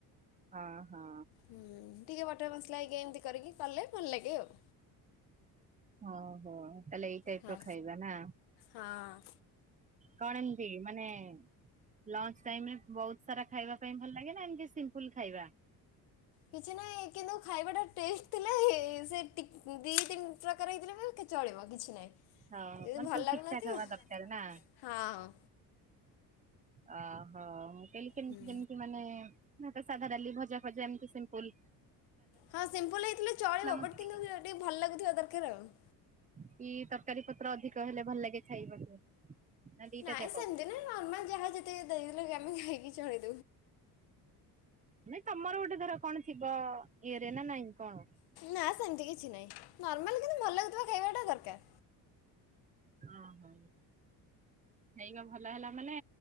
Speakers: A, on the right; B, on the left.
A: ହଁ ହଁ
B: ହୁଁ ଟିକେ ବଟର ମସଲା ଏମିତି କରିକି କଲେ ଭଲ ଲାଗେ ଆଉ।
A: ଓହୋ ହୋ। ତାହଲେ ଏଇ ଟାଇପ
B: ହଁ
A: ର ଖାଇବା ନା
B: ହଁ।
A: କଣ ଏମିତି ମାନେ ଲଞ୍ଚ ଟାଇମ୍ ରେ ବହୁତ ସାରା ଖାଇବା ପାଇଁ ଭଲ ଲାଗେ ନା ଏମିତି ସିମ୍ପୁଲ ଖାଇବା?
B: କିଛି ନାହିଁ କିନ୍ତୁ ଖାଇବା ଟା ଟେଷ୍ଟ ଥିଲେ ହେ ସେ ଟିକ ଦି ତିନି ପ୍ରକାର ହେଇଥିଲେ ବି କି ଚଳିବ। କିଛି ନାହିଁ
A: ହଁ
B: ଆଉ ଯଦି
A: ମାନେ
B: ଭଲ
A: ସବୁ
B: ଲାଗୁନଥିବ
A: ଠିକ ଠାକ ହବା ଦରକାର ନା?
B: ହଁ।
A: ଓହୋ! ମୁଁ କହିଲି କେମତି
B: ହୁଁ
A: କେମିତି ମାନେ ନା ତ, ସାଧା ଡାଲି ଭଜା ଫଜା ଏମିତି ସିମ୍ପଲ୍।
B: ହଁ ସିମ୍ପଲ୍ ହେଇଥିଲେ ଚଳିବ।
A: ମସଲି
B: ବଟ୍ କିନ୍ତୁ ଟିକେ ଭଲ ଲାଗୁଥିବା ଦରକାର ଆଉ।
A: କି ତରକାରୀପତ୍ର ଅଧିକ ହେଲେ ଭଲ ଲାଗେ ଖାଇବାକୁ? ନା ଦିଟା
B: ନାଇଁ
A: ଯାକ?
B: ସେମିତି ନାହିଁ ନର୍ମାଲ୍ ଯାହା ଯେତିକି ଦେଇଲେ ବି ଆମେ ଖାଇକି ଚଳେଇ
A: ନାଇଁ ତୋମର ଗୋଟେ ଧର କଣ ଥିବ ଇଏରେ ନା ନାଇଁ କଣ?
B: ନା ସେମିତି କିଛି ନାହିଁ ନର୍ମାଲ୍ କିନ୍ତୁ ଭଲ ଲାଗୁଥୁବା ଖାଇବା ଟା ଦରକାର।
A: ଓ ହଉ ଖାଇବା ଭଲ ହେଲା ମାନେ